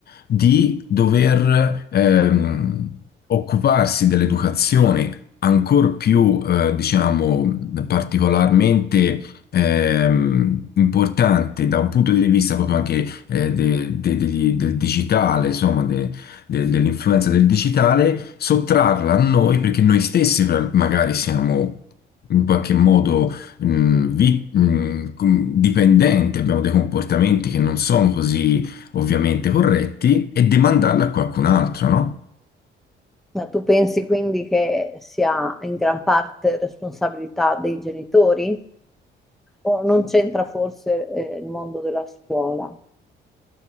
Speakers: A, on the left; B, in the centre.
A: di dover ehm, occuparsi dell'educazione, ancor più, eh, diciamo, particolarmente ehm, importante da un punto di vista proprio anche eh, de- de- degli- del digitale, insomma, de- de- dell'influenza del digitale, sottrarla a noi perché noi stessi per- magari siamo in qualche modo mh, vi- mh, com- dipendenti, abbiamo dei comportamenti che non sono così ovviamente corretti e demandarla a qualcun altro, no?
B: Ma tu pensi quindi che sia in gran parte responsabilità dei genitori o non c'entra forse eh, il mondo della scuola